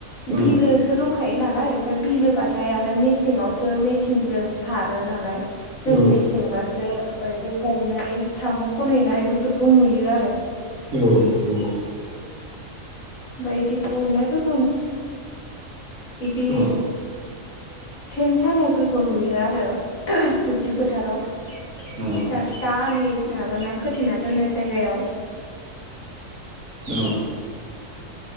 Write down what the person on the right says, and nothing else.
औ
औ
औ नंगौ।
औ
नंगौ
औ।